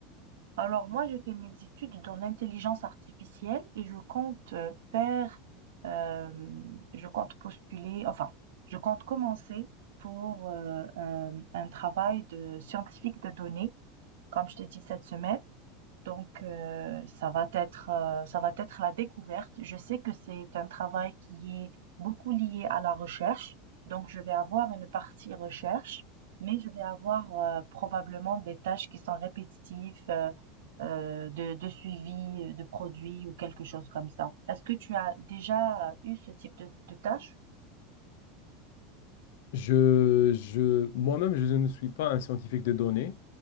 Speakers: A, on the right (about 85°); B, on the left (about 75°).
A: Alors moi, j'ai fait mes études dans l'intelligence artificielle et je compte, heu, faire, hem, je compte postuler, enfin, je compte commencer pour, heu, un un travail de scientifique de données, comme je t'ai dit cette semaine Donc, euh, ça va être, euh, ça va être la découverte. Je sais que c'est un travail qui est beaucoup lié à la recherche. Donc, je vais avoir une partie recherche, mais je vais avoir euh, probablement des tâches qui sont répétitives, euh, euh, de, de suivi euh, de produits ou quelque chose comme ça. Est-ce que tu as déjà eu ce type de, de tâches?
B: Je, je, moi-même, je ne suis pas un scientifique de données.